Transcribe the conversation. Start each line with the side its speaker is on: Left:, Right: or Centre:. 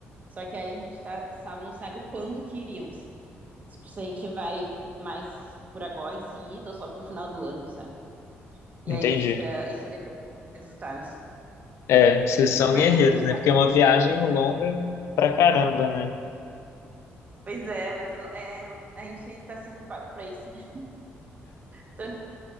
Right: Só que aí a gente tá, sabe, não sabe quando que iríamos. Tipo, se a gente vai mais por agora em seguida ou só pro final do ano, sabe? E
Left: Entendi.
Right: aí eh, isso depende dos resultados.
Left: É, vocês são
Right: Mas
Left: guerreiros,
Right: como que
Left: né? Porque é uma viagem longa pra caramba, né?
Right: Pois é, mas não- é, a gente tá sendo pago pra isso, né? Então